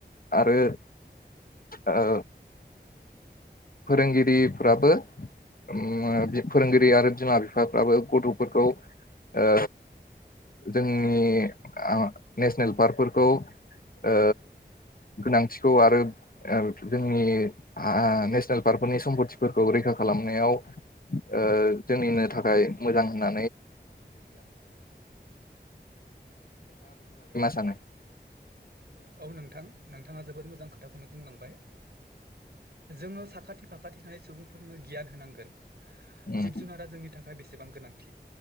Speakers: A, on the left; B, on the right.
A: आरो ओ फोरोंगिरिफ्राबो ओम फोरोंगिरि आरो बिमा बिफाफ्राबो गथफोरखौ ओ जोंनि आ नेसनेल पार्कफोरखौ ओ गोनांथिखौ आरो ओ जोंनि हा नेसनेल पार्कफोरनि सम्पथिफोरखौ रैखा खालामनायाव ओ जोंनिनो थाखाय मोजां होनना <inaudible>
B: औ नोंथां नोंथाङा जोबोद मोजां खोथाखौनो बुंलांबाय जोङो साखाथि फाखाथि थानाय सुबुंफोरनो गियान होनांगोन
A: उम
B: जिब जुनारा जोंनि थाखाय बेसेबां गोनांथि